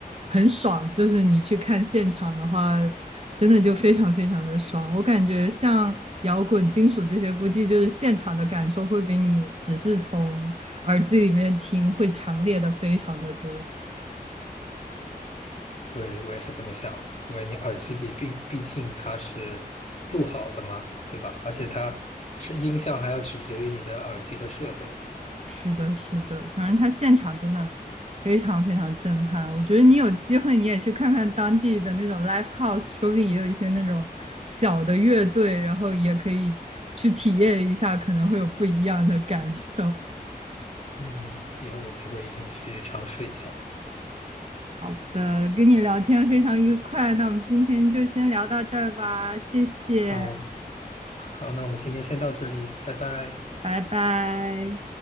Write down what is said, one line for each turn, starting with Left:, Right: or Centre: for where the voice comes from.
Right: 很爽。就是你去看现场的话，真的就非常非常的爽。我感觉像摇滚、金属这些，估计就是现场的感受会比你只是从耳机里面听会强烈的非常的多。
Left: 对，我也是这么想的，因为你耳机里并毕竟它是录好的嘛，对吧？而且它是音效还要取决于你的耳机和设备。
Right: 是的，是的，反正他现场真的非常非常震撼。我觉得你有机会你也去看看当地的那种 live house，说不定也有一些那种小的乐队，然后也可以去体验一下，可能会有不一样的感受。
Left: 嗯，以后有机会一定去尝试一下。
Right: 好的，跟你聊天非常愉快，那我们今天就先聊到这儿吧，谢谢，
Left: 好，好，那我们今天先到这里，拜拜。
Right: 拜拜。